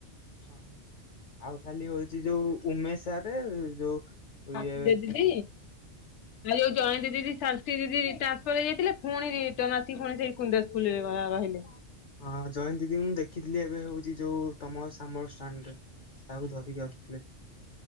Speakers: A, on the left; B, on the left.
A: ଅ ହ ଆଉ ଖାଲି ହଉଚ଼ି ଯୋଉ ଉମେଶ୍ ସାରେ ଯୋଉ
B: ସସ୍ମିତା
A: ଇଏ
B: ଦିଦି ଆଉ ଯୋଉ ଜଣେ ଦିଦି ଶାନ୍ତି ଦିଦି ଟ୍ରାନସ୍‌ଫର ହେଇଯାଇଥିଲେ ପୁଣି ରିଟନ୍ ଆସିକି ପୁଣି ସେଇ କୁଣ୍ଡା ସ୍କୁଲ ରେ ର ରହିଲେ।
A: ହଁ ଜୟନ୍ତ ଦିଦି କି ମୁଁ ଦେଖିଥିଲି ଏବେ ହଉଚ଼ି ଯୋଉ ତମ ସାମଲ ଷ୍ଟାଣ୍ଡ ରେ। କାହାକୁ ଧରିକି ଆସୁଥିଲେ।